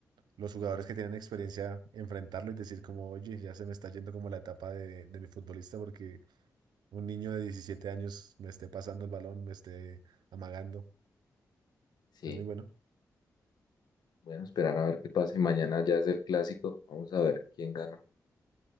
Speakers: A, on the right; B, on the left.
A: los jugadores que tienen experiencia enfrentarlo y decir como, oye, ya se me está yendo como la etapa de, de mi futbolista porque un niño de 17 años me esté pasando el balón, me esté amagando.
B: Sí,
A: Es muy bueno.
B: bueno, esperar a ver qué pasa. Y mañana ya es el clásico. Vamos a ver quién gana.